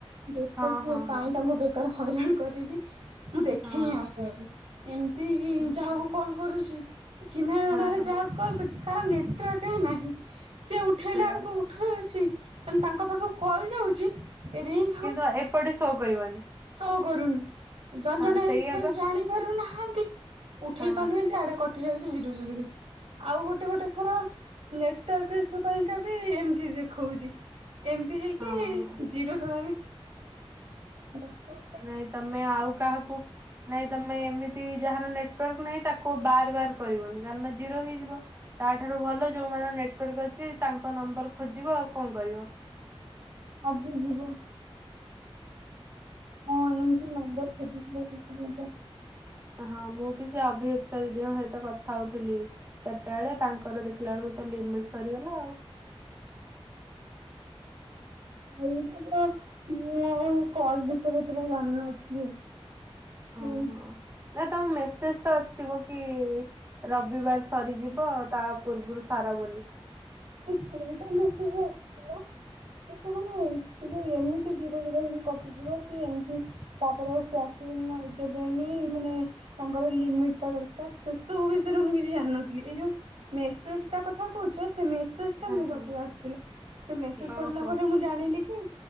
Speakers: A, on the right (about 80°); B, on the right (about 25°).
A: ବ୍ୟସ୍ତ
B: ହଁ
A: ଥିବେ
B: ହଁ ହଁ
A: କାହିଁ ତାଙ୍କୁ ହଇରାଣ କରିବି। ମୁଁ ଦେଖେଇ
B: ହଁ
A: ଆଗକୁ, ଏମିତି କି
B: ହଁ
A: ଯାହାକୁ କଲ୍ କରୁଛି। ଚିହ୍ନାଜଣାରେ
B: ହଁ ହଁ
A: ଯାହା କଲ୍ କରୁଛି। କାହାର ନେଟୟର୍କ ହିଁ ନାହିଁ, ସେ ଉଠେଇଲା
B: ସେଇଆ
A: ବେଳକୁ
B: ବା
A: ଉଠଉଛି ମାନେ ତାଙ୍କ ପାଖ କୁ କଲ ଯାଉଛି। ରିଙ୍ଗ
B: କିନ୍ତୁ ଆ-ଏପଟେ ସୋ କରିବନି।
A: ସୋ କରୁନି। ଜଣ
B: ହଁ
A: ଜଣେ
B: ସେଇଆ
A: ସେ
B: ବା
A: ଜାଣି ପାରୁନାହାନ୍ତି। ଉଠେଇ
B: ହଁ
A: ପାରୁନାହାନ୍ତି, ଆଡେ କଟି ଯାଉଛିିି ଜିରୋ ଜିରୋ ରହୁଛି। ଆଉ ଗୋଟେ ଗୋଟେ ଥର ନେଟୱାର୍କ ଇସୁ ପାଇଁକା ବି ଏମିତି ଦେଖଉଛି। ଏମିତି ହେଇକି
B: ହଁ ହଁ।
A: ଜିରୋ ରହେ ବି। ବାପା
B: ନାଇଁ ତମେ ଆଉ କାହାକୁ, ନାଇଁ ତମେ ଏମିତି ଯାହାର ନେଟୱାର୍କ ନାହିଁ ତାକୁ ବାର ବାର କରିବନି। କାରଣ ଜିରୋ ହେଇଯିବ। ତାଠାରୁ ଭଲ ଯୋଉମାନଙ୍କର ନେଟୱାର୍କ ଅଛି ତାଙ୍କ ନମ୍ବର ଖୋଜିବ, ଆଉ କଣ କରିବ।
A: ଆଗେ ଯିବ ହଁ ଏମତି ନମ୍ବର ଖୋଜିିବ <unintelligible>
B: ହଁ ମୁଁ ବି ସେ ଅଭିଇସ୍ପା ଦିଦିଙ୍କ ସହିତ କଥା ହଉଥିଲି। ଚାରିଟା ବେଳେ, ତାଙ୍କର ଦେଖିଲା ବେଳକୁ ତ ଲିମିଟ ସରିଗଲା ଆଉ।
A: ଏଇଟା ତ ମୁଁ ଆଉ କଲ ବିଷୟରେଏତେଟା ଜାଣିନଥିଲି।
B: ହଁ
A: ହୁଁ।
B: ହଁ। ନାଇଁ ତମ ମେସେଜ ତ ଆସିଥିବ କି ରବିବାର ସରିଯିବ ତା ପୂର୍ବରୁ ସାର ବୋଲି।
A: ନି କେଇଟା ମେସେଜ ଆସି ଥିଲା? କିନ୍ତୁ ମାନେ ଯୋଉ ଏମିତି ଜିର ଜିର ହେଇକି କଟିଯିବ। କି ଏମିତି ତାପରେ ଆଉ ଟାସ୍କ ସୁନ ଦେବେନି ମାନେ ତାଙ୍କର ଲିମିଟ ଟା ଦରକାର। ସେ ସବୁ ବିଷୟରେ ମୁଁ କିଛି ଜାଣି ନଥିଲି ଏଇ ଯୋଉ ମେସେଜ ଟା କଥା କହୁଛ? ସେ ମେସେଜ ଟା
B: ହଁ
A: ମୋ ପାଖକୁ
B: ହଁ
A: ଆସିଥିଲା। ସେ ମେସେଜ
B: ଓହୋ
A: ପଢିଲା ପରେ ମୁ ଜାଣିଲି କି